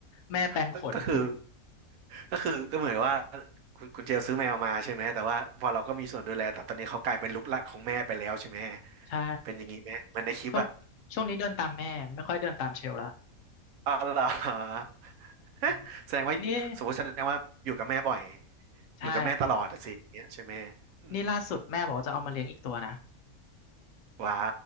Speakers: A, on the left; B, on the right.
A: แม่แปรงขน
B: ก็ก็คือก็คือก็เหมือนว่าคุณคุณเจลซื้อแมวมาใช่ไหมแต่ว่าพอเราก็มีส่วนดูแลแต่ตอนนี้เขากลายเป็นลูกหลานของแม่ไปแล้วใช่ไหม
A: ใช่
B: เป็นอย่างนี้ไหมเหมันในคลิปอ่ะ
A: ช่วงช่วงนี้เดินตามแม่ไม่ค่อยเดินตามเชลละ
B: อ๋อเหรอฮะ <laughs>
A: อืม
B: แสดงว่าสมมติแสดงว่าอยู่กับแม่บ่อย
A: นี่ใช่
B: อยู่กับแม่ตลอดอะสิอย่างเงี้ยใช่ไหมอืม
A: นี่ล่าสุดแม่บอกว่าจะเอามาเลี้ยงอีกตัวนะ
B: ว้า